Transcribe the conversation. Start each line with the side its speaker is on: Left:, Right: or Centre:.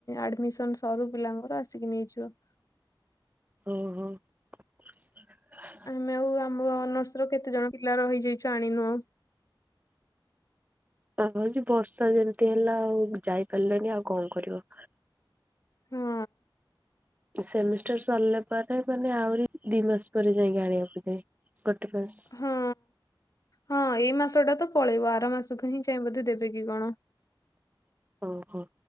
Left: ଆଡ଼ମିସନ୍ ସରୁ ପିଲାଙ୍କର ଆସିକି ନେଇଯିବ।
Right: ଓହୋ <inaudible>
Left: ଆମେ ଆଉ ଆମ ନର୍ସର ର କେତେ ଜଣ ପିଲା ରହିଯାଇଛୁ ଆଣିନୁ ଆଉ
Right: ହଉଛି ବର୍ଷା ଯେମିତି ହେଲା ଆଉ ଯାଇପାରିଲଣିି ଆଉ କଣ କରିବ।
Left: ହଁ
Right: ସେମିଷ୍ଟର ସରିଲା ପରେ ମାନେ ଆହୁରି ଦି ମାସ ପରେ ଯାଇକି ଆଣିବାକୁ ଯାଏ ଗୋଟେ ମାସ
Left: ହଁ ହଁ ଏଇ ମାସଟା ତ ପଳେଇବ ଆର ମାସକୁ ହିଁ ଯାଇ ବୋଧେ ଦେବେ କିି କଣ
Right: ଓହୋ